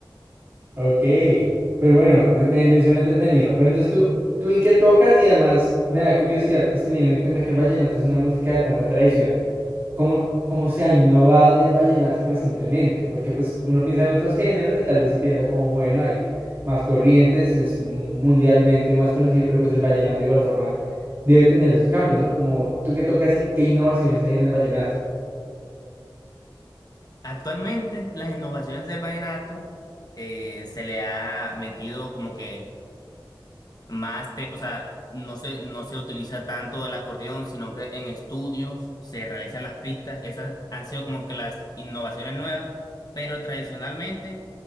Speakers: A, on the right (about 30°); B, on the left (about 50°).
A: Ok, pero bueno, me, me- me suena entretenido. Pero entonces tú, ¿tú en qué tocas? Y además me da curiosidad, pues teniendo en cuenta que el vallenato es una música de tanta tradición. cómo, cómo se ha innovado en el vallenato recientemente, porque pues uno piensa en otros géneros y tal vez sí piensa como, bueno, hay más corrientes, es mundialmente más conocido, pero pues el vallenato de igual forma debe tener esos cambios, ¿no? Como tú que tocas y qué innovaciones hay en el vallenato.
B: Actualmente las innovaciones del vallenato eh, se le ha metido como que más, te- o sea, no se, no se utiliza tanto el acordeón, sino que en estudios se realizan las pistas. Esas han sido como que las innovaciones nuevas, pero tradicionalmente